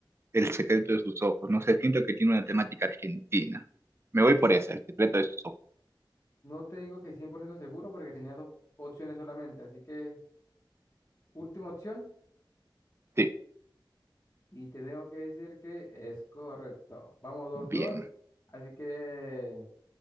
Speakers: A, on the right (about 30°); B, on the left (about 35°).
A: El secreto de sus ojos. No sé, siento que tiene una temática argentina. Me voy por esa, el secreto de sus ojos.
B: No te digo que 100% seguro porque tenía dos opciones solamente, así que última opción
A: Sí.
B: y te tengo que decir que es correcto. Vamos dos-dos,
A: Bien.
B: así que